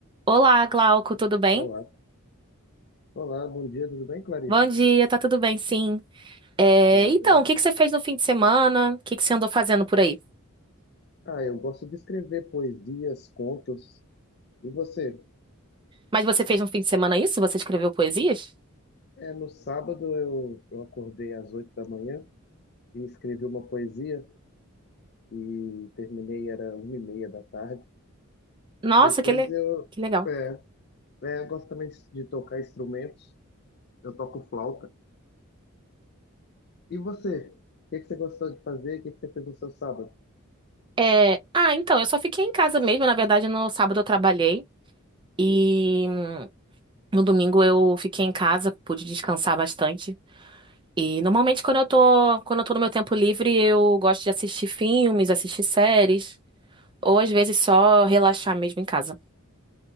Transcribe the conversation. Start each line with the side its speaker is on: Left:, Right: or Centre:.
Right: Olá, Glauco, tudo bem?
Left: Olá, olá, bom dia, tudo bem, Clarissa?
Right: Bom dia, tá tudo bem, sim. É,
Left: Tudo
Right: então,
Left: bem?
Right: o que que você fez no fim de semana? O que que você andou fazendo por aí?
Left: Ah, eu gosto de escrever poesias, contos. E você?
Right: Mas você fez no fim de semana isso? Você escreveu poesias?
Left: É, no sábado eu, eu acordei às oito da manhã e escrevi uma poesia e terminei, era uma e meia da tarde.
Right: Nossa,
Left: Depois
Right: que, le-
Left: eu,
Right: que legal.
Left: é, é, eu gosto também de tocar instrumentos, eu toco flauta. E você? O que que você gostou de fazer? O que que você fez no seu sábado?
Right: É, ah, então, eu só fiquei em casa mesmo. Na verdade, no sábado eu trabalhei e hum, no domingo eu fiquei em casa, pude descansar bastante. E normalmente quando eu tô, quando eu tô no meu tempo livre, eu gosto de assistir filmes, assistir séries, ou às vezes só relaxar mesmo em casa.